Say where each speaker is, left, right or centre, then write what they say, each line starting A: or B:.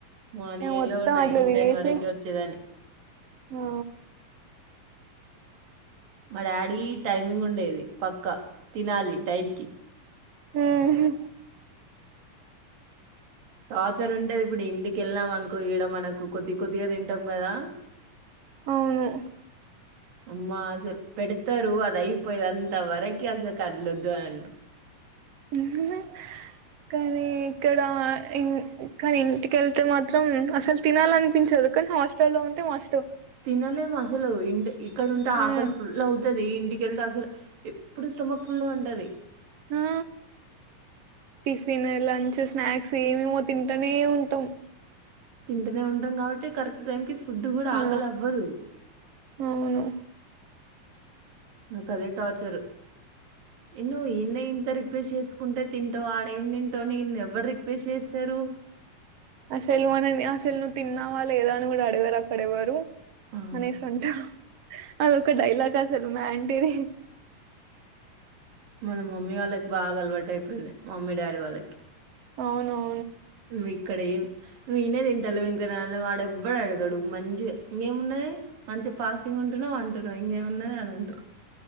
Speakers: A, on the right; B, on the right.
A: మార్నింగ్
B: మేము
A: ఎల్లి
B: మొత్తం
A: నైన్
B: అట్లా తిరిగేసి
A: టెన్ వరక వచ్చేదాన్ని
B: ఆ
A: మా డాడీ టైమింగ్ ఉండేది పక్కా తినాలి టైంకి
B: ఉహు
A: టార్చర్ ఉంటాది ఇప్పుడు ఇంటికెళ్ళాం అనుకో ఈడ మనకు కొద్ది కొద్దిగా తింటాం కదా
B: అవును
A: అమ్మా అసలు పెడతారు అది అయిపోయేది అంత వరకి అసలు కదలొద్దు అని అంటరు
B: ఉహు. కానీ ఇక్కడ ఇం కానీ ఇంటికెళ్తే మాత్రం అసలు తినాలనిపించదు దుకని హాస్టల్ లో ఉంటే మాస్టు
A: తినలేం అసలు ఇంట్ ఇక్కడుటే ఆకలి
B: ఉమ్
A: ఫుల్ అవుతది ఇంటి కెళ్తే అసలు ఎప్పుడూ స్టొమక్ ఫుల్లగా ఉంటది
B: ఆ టిఫిన్ లంచ్ స్నాక్స్ ఏమేమో తింటనే ఉంటాం
A: తింటనే ఉంటాం కాబట్టి కరెక్ట్ టైం కి ఫుడ్డు కూడా
B: ఆ
A: ఆకలి అవ్వదు
B: అవును
A: నాకు అదే టార్చరు నువ్ ఈడనే ఇంత రిక్వెస్ట్ చేసుకుంటే తింటావు ఆడ ఏం తింటావు నీన్ను ఎవ్వరు రిక్వెస్ట్ చేస్తా రూ
B: అసలు మనని అసలు నువ్వు తిన్నావా లేదా అని కూడా అడగరు అక్కడెవ్వరూ
A: ఆ!
B: అనేసి ఉంటాారు అదొక డైలాగ్ అసలు మ్యాంటరీ
A: మన మమ్మీ వాళ్ళకి బాగా అలవాటు అయిపోయింది మమ్మీ డాడీ వాళ్ళకి
B: అవును
A: <unintelligible> క్కడేం నువ్వు ఈనే తింటలేవు ఇంక <inaudible> వాడెవ్వడూ అడగడు మంచి ఇంకేం ఉన్నది అన్ వచ్చి పాస్టింగ్ ఉంటున్నవ్ అంటున్నవ్ ఇంకేం ఉన్నయ్ అని అంటవ్